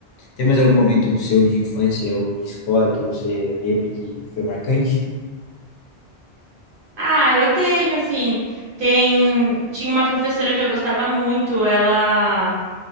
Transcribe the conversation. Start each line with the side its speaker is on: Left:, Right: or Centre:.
Left: Tem mais algum momento seu de infância ou de escola que você lembre que foi marcante?
Right: Ah, eu tenho, assim, tem, tinha uma professora que eu gostava muito, ela,